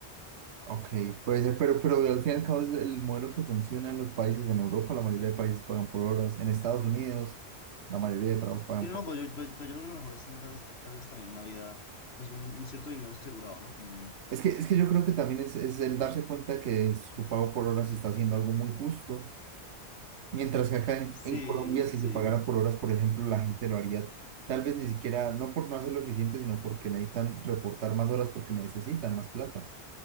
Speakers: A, on the right; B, on the left.
A: Ok, puede ser, pero, pero al fin y al cabo es el modelo que funciona en los países, en Europa la mayoría de países pagan por horas, en Estados Unidos la mayoría de trabajos pagan
B: Sí, no,
A: por
B: no, pues
A: horas.
B: yo, pues, pues yo creo que lo mejor es tener tal vez, tal vez también una vida, pues un, un cierto dinero asegurado, ¿no? Como un-
A: Es que, es que yo creo que también es, es el darse cuenta que su pago por horas está haciendo algo muy justo, mientras que acá en,
B: sí,
A: en Colombia
B: sí.
A: si se pagara por horas, por ejemplo, la gente lo haría tal vez ni siquiera, no por no hacerlo eficiente, sino porque necesitan reportar más horas porque necesitan más plata.